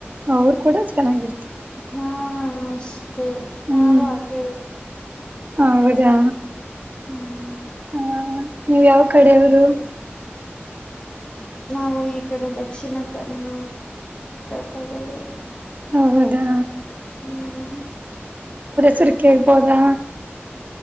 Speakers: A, on the right; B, on the left.
A: ಅವರು ಕೂಡ ಚೆನ್ನಾಗಿರ್ತಾರೆ
B: ಹ್ಮ ಹಾವು
A: ಹ್ಮ್
B: ಅಗ
A: ಹೌದಾ
B: ಹ್ಮ್
A: ಹಾ ನೀವು ಯಾವ ಕಡೆಯವರು
B: ನಾವು ಈ ಕಡೆ ದಕ್ಷಿಣ ಕರ್ನಾಟಕದವರು
A: ಹೌದಾ
B: ಹ್ಮ್
A: ಸರಿ ಕೇಳುಬಹುದಾ